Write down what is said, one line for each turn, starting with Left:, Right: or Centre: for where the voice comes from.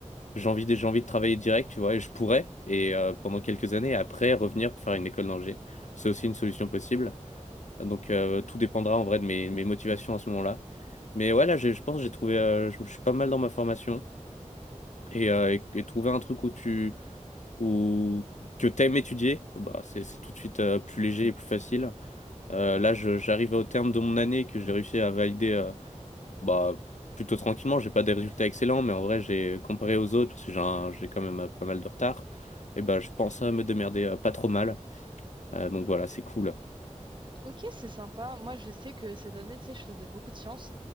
Left: j'ai envie de, j'ai envie de travailler direct, tu vois, et je pourrais, et euh, pendant quelques années, après revenir pour faire une école d'ingé. C'est aussi une solution possible. Donc euh, tout dépendra en vrai de mes, mes motivations à ce moment-là. Mais ouais, là, j'ai- je pense que j'ai trouvé, euh, je, je suis pas mal dans ma formation et, euh, et- et trouver un truc où tu, où que t'aimes étudier, bah c'est c'est tout de suite euh, plus léger et plus facile. Euh, là, je- j'arrive au terme de mon année que j'ai réussi à valider, euh, bah plutôt tranquillement. J'ai pas des résultats excellents, mais en vrai, j'ai comparé aux autres parce que j'ai un- j'ai quand même euh, pas mal de retard. Et bah, je pense euh, me démerder euh, pas trop mal. Euh, donc voilà, c'est cool.
Right: ok, c'est sympa. Moi, je sais que cette année, tu sais, je faisais beaucoup de sciences.